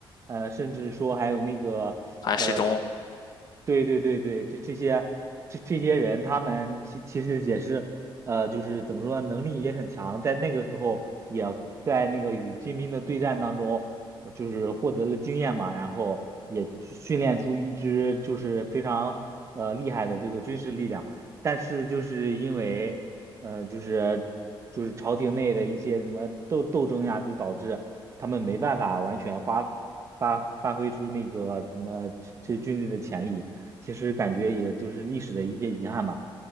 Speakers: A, on the right; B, on the left.
A: 呃，甚至说还有那个，
B: 韩世忠
A: 呃，对对对对，这这些这这些人，他们其其实也是，呃，就是怎么说呢，能力也很强，在那个时候也在那个与金兵的对战当中，呃就是获得了经验嘛，然后也训练出一支就是非常呃厉害的这个军事力量。但是就是因为呃，就是就是朝廷内的一些什么斗斗争呀，就导致他们没办法完全发发发挥出那个什么这这军队的潜力。其实感觉也就是历史的一些遗憾吧。